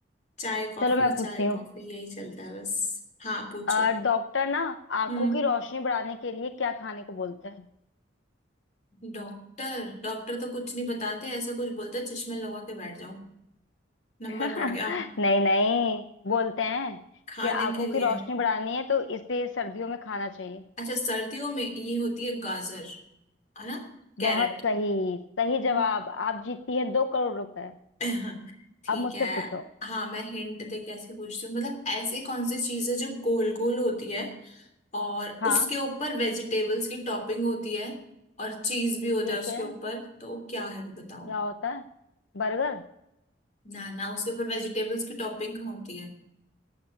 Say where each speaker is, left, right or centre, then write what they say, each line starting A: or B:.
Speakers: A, on the left (about 40°); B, on the left (about 85°).
A: चाय कॉफी
B: चलो मैं
A: चाय
B: पूछती हूँ
A: कॉफी यही चलता है बस हाँ पूछो
B: अ, डॉक्टर ना आंखों
A: हम्म
B: की रोशनी बढ़ाने के लिए क्या खाने को बोलते हैं
A: डॉक्टर डॉक्टर तो कुछ नहीं बताते ऐसा कुछ बोलते चश्मे लगा के बैठ जाओ नंबर
B: <laughs>
A: बढ़ गया
B: नहीं नहीं बोलते हैं
A: खाने
B: कि आंखों
A: के
B: की
A: लिए
B: रोशनी बढ़ानी है तो इसे सर्दियों में खाना चाहिए
A: अच्छा सर्दियों में ये होती है गाजर है ना कैरेट
B: बहुत सही सही जवाब
A: हम्म।
B: आप जीतती हैं दो करोड़ रुपए
A: <laughs> ठीक
B: अब मुझसे
A: है
B: पूछो
A: हाँ मैं हिंट दे के ऐसे पूछती हूँ मतलब ऐसी कौन सी चीज है जो गोल गोल होती है और
B: हाँ
A: उसके ऊपर वेजिटेबल्स की टॉपिंग होती है और चीज भी होता
B: ठीक
A: है उसके
B: है
A: ऊपर तो वो क्या है वो बताओ
B: क्या होता है बर्गर
A: ना ना उसके ऊपर वेजिटेबल्स की टॉपिंग होती है